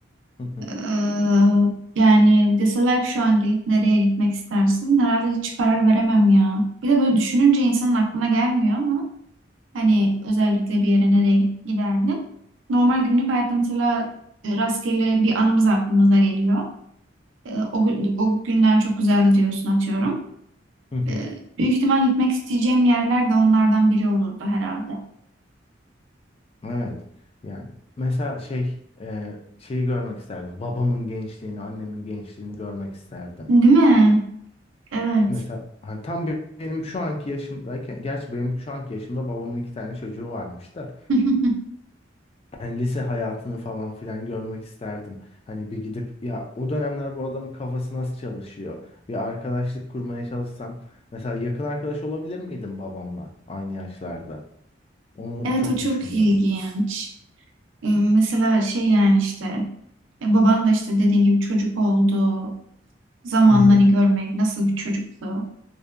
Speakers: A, on the left (about 30°); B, on the right (about 85°).
A: Hı hı,
B: Eee, yani deseler ki şu an gelip nereye gitmek istersin? Herhalde hiç karar veremem ya. Bir de böyle düşününce insanın aklına gelmiyor ama hani özellikle bir yere nereye git- giderdim. Normal günlük hayatta mesela e, rastgele bir anımız aklımıza geliyor. E, o, gün- o günler çok güzeldi diyorsun atıyorum.
A: hı hı.
B: E, büyük ihtimal gitmek isteyeceğim yerler de onlardan biri olurdu herhalde.
A: Evet. Yani mesela şey e, şeyi görmek isterdim. Babamın gençliğini, annemin gençliğini görmek isterdim.
B: Değil mi? Evet.
A: Mesela hani tam be- benim şu anki yaşımdayken, gerçi benim şu anki yaşımda babamın iki tane çocuğu varmış da.
B: <laughs>
A: hani lise hayatını falan filan görmek isterdim. Hani bir gidip ya o dönemler bu adamın kafası nasıl çalışıyor? Bir arkadaşlık kurmaya çalışsam mesela yakın arkadaş olabilir miydim babamla aynı yaşlarda? Onu
B: Evet
A: çok
B: o çok
A: düşünüyorum.
B: ilginç. E, Mesela şey yani işte e, baban da işte dediğin gibi çocuk oldu. Zamanları
A: Hı hı.
B: görmek nasıl bir çocuktu.